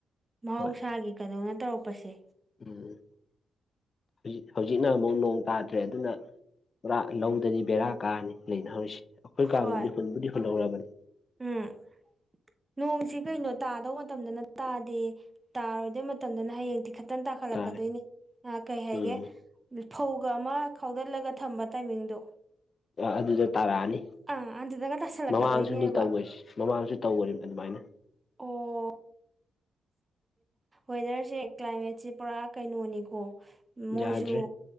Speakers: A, on the right (about 25°); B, on the left (about 50°).
A: ꯃꯍꯧꯁꯥꯒꯤ
B: ꯍꯣꯏ
A: ꯀꯗꯧꯅ ꯇꯧꯔꯛꯄꯁꯦ
B: ꯎꯝ ꯍꯧꯖꯤ ꯍꯧꯖꯤꯛꯅ ꯑꯃꯨꯛ ꯅꯣꯡ ꯇꯥꯗ꯭ꯔꯦ ꯑꯗꯨꯅ ꯄꯨꯔꯥ ꯂꯧꯗꯗꯤ ꯕꯦꯔꯥ ꯀꯥꯔꯅꯤ ꯂꯩꯅꯍꯧꯔꯤꯁꯤꯦ ꯑꯩꯈꯣꯏ ꯀꯥꯡꯕꯨꯗꯤ
A: ꯍꯣꯏ
B: ꯍꯨꯟꯕꯨꯗꯤ ꯍꯨꯜꯍꯧꯔꯕꯅꯤ
A: ꯎꯝ ꯅꯣꯡꯁꯤ ꯀꯩꯅꯣ ꯇꯥꯗꯧ ꯃꯇꯝꯗꯅ ꯇꯥꯗꯦ ꯇꯥꯔꯣꯏꯗꯕ ꯃꯇꯝꯗꯅ ꯍꯌꯦꯡ ꯤ ꯈꯈꯤꯇꯪ ꯇꯥꯈꯠꯂꯛꯀꯗꯣꯏꯅꯤ
B: ꯇꯥꯔꯦ
A: ꯀꯩ ꯍꯥꯏꯒꯦ
B: ꯎꯝ
A: ꯐꯧꯒ ꯑꯃ ꯈꯥꯎꯗꯠꯂꯒ ꯊꯝꯕ ꯇꯥꯏꯃꯤꯡꯗꯣ
B: ꯑꯗꯨꯗ ꯇꯥꯔꯛꯑꯅꯤ
A: ꯑꯥ ꯑꯗꯨꯗꯒ ꯇꯥꯁꯜꯂꯛꯀꯗꯣꯏꯅꯦꯕ
B: ꯃꯃꯥꯡꯁꯨꯅꯤ ꯇꯧꯒ꯭ꯔꯤꯁꯤ ꯃꯃꯥꯡꯁꯨ ꯇꯧꯒ꯭ꯔꯤꯝꯅꯤ ꯑꯗꯨꯃꯥꯏꯅ
A: ꯑꯣ ꯋꯦꯗꯔꯁꯦ ꯀ꯭ꯂꯥꯏꯃꯦꯠꯁꯦ ꯄꯨꯔꯥ ꯀꯩꯅꯣꯅꯤꯀꯣ ꯃꯣꯏꯁꯨ
B: ꯌꯥꯗ꯭ꯔꯦ